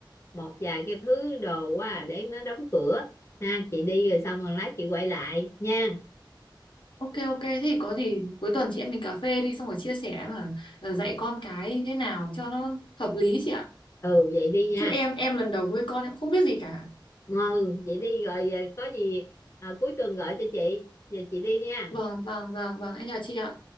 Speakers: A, on the left (about 35°); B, on the left (about 80°).
A: một vài cái thứ đồ quá à, để nó đóng cửa ha chị đi rồi xong rồi lát chị quay lại nha
B: Ok ok thế thì có gì cuối tuần chị em mình cà phê đi xong rồi chia sẻ mà ờ, dạy con cái như thế nào cho nó hợp lý chị ạ.
A: ừ vậy đi nha
B: Chứ em em lần đầu nuôi con em không biết gì cả.
A: ừ vậy đi rồi ờ, có gì ờ, cuối tuần gọi cho chị giờ chị đi nha
B: Vâng vâng vâng vâng em chào chị ạ.